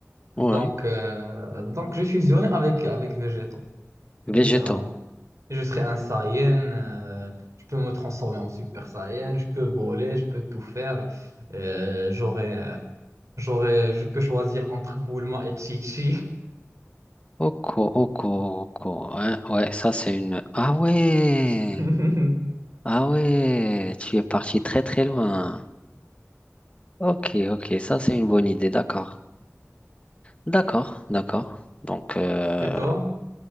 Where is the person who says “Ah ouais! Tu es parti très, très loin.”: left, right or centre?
Left